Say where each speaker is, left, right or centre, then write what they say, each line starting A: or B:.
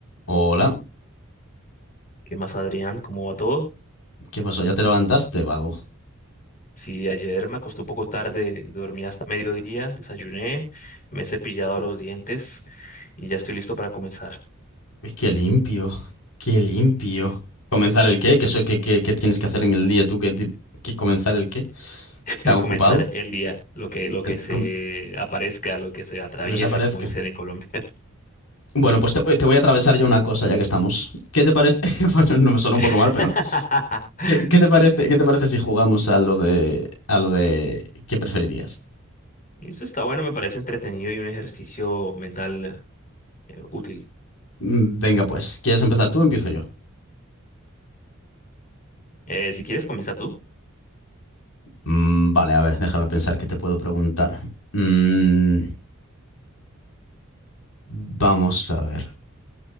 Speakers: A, on the left (about 85°); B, on the left (about 40°).
A: Hola,
B: ¿Qué más, Adrián? ¿Cómo va todo?
A: ¿qué pasó? ¿Ya te levantaste, vago?
B: Sí, ayer me acosté un poco tarde, dormí hasta mediodía, desayuné, me he cepillado los dientes y ya estoy listo para comenzar,
A: Uy, qué limpio, qué limpio. ¿Comenzar el qué? ¿Qué, soy- qué, qué- qué tienes que hacer en el día tú? ¿Qué, ti- qué comenzar el qué?
B: <laughs>
A: ¿Tan ocupado?
B: comenzar el día, lo que, lo
A: El-
B: que se
A: com-
B: aparezca, lo que se atraviese,
A: Lo que se aparezca.
B: como dicen en Colombia.
A: Bueno, pues te, eh, te voy a atravesar yo una cosa ya que estamos. ¿Qué te parece? <laughs> Bueno, no me suena un poco
B: <laughs>
A: mal, pero ¿qué, qué te parece, qué te parece si jugamos a lo de, a lo de ¿qué preferirías?
B: Eso está bueno, me parece entretenido y un ejercicio mental eh, útil.
A: Mm, Venga, pues, ¿quieres empezar tú o empiezo yo?
B: Eh, si quieres, comienza tú.
A: Mm, vale, a ver, déjame pensar qué te puedo preguntar. Mm, vamos a ver.